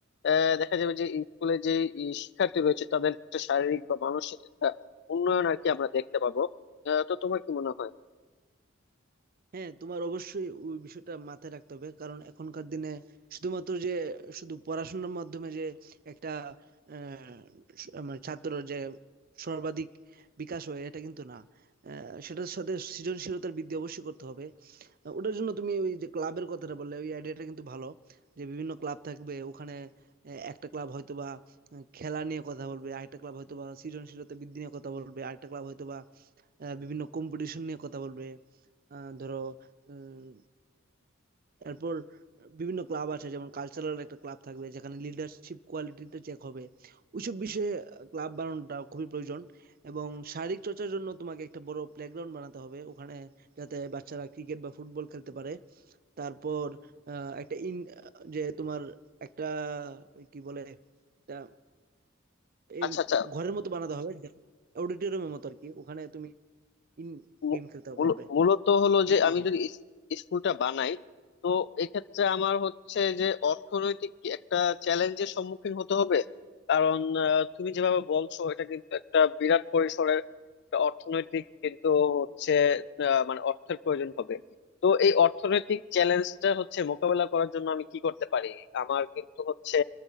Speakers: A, on the left (about 55°); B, on the right (about 45°).
A: আহ, দেখা যাবে যে স্কুলে যে ই শিক্ষার্থী রয়েছে তাদের একটা শারীরিক বা মানসিক একটা উন্নয়ন আর কি আমরা দেখতে পাবো আহ, তো তোমার কি মনে হয়
B: হ্যাঁ তোমার অবশ্যই ওই বিষয়টা মাথায় রাখতে হবে কারণ এখনকার দিনে শুধুমাত্র যে শুধু পড়াশোনার মাধ্যমে যে একটা আহ, স- মানে ছাত্রর যে সর্বাধিক বিকাশ হয় এটা কিন্তু না আহ, সেটার সাথে সৃজনশীলতার বৃদ্ধি অবশ্যই করতে হবে ওটার জন্য তুমি ওই যে ক্লাবের কথাটা বললে ওই আইডিয়াটা কিন্তু ভালো যে বিভিন্ন ক্লাব থাকবে ওখানে আহ, একটা ক্লাব হয়তো বা আহ, খেলা নিয়ে কথা বলবে আরেকটা ক্লাব হয়তো বা সৃজনশীলতা বৃদ্ধি নিয়ে কথা বলবে আরেকটা ক্লাব হয়তো বা আহ, বিভিন্ন কম্পিটিশন নিয়ে কথা বলবে আহ, ধরো উম, এরপর বিভিন্ন ক্লাব আছে যেমন কালচারাল একটা ক্লাব থাকবে যেখানে লিডারশিপ কোয়ালিটিটা চেক হবে ওইসব বিষয়ে ক্লাব বানানোটা খুবই প্রয়োজন এবং শারীরিক চর্চার জন্য তোমাকে একটা বড় প্লেগ্রাউন্ড বানাতে হবে ওখানে যাতে বাচ্চারা ক্রিকেট বা ফুটবল খেলতে পারে তারপর আহ, একটা ইন যে তোমার একটা কি বলে একটা এই
A: আচ্ছা আচ্ছা
B: ঘরের মতো বানাতে হবে অডিটোরিয়ামের মতো আর কি ওখানে তুমি ইন
A: মূ-
B: গেম খেলতে
A: মূল-
B: পারবে
A: মূলত হলো যে
B: Indoor
A: আমি
B: game।
A: যদি ইস- স্কুলটা বানাই তো এক্ষেত্রে আমার হচ্ছে যে অর্থনৈতিক একটা চ্যালেঞ্জের সম্মুখীন হতে হবে কারণ আহ, তুমি যেভাবে বলছো এটা কিন্তু একটা বিরাট পরিসরের একটা অর্থনৈতিক কিন্তু হচ্ছে আহ, মানে অর্থের প্রয়োজন হবে তো এই অর্থনৈতিক চ্যালেঞ্জটা হচ্ছে মোকাবেলা করার জন্য আমি কি করতে পারি আমার কিন্তু হচ্ছে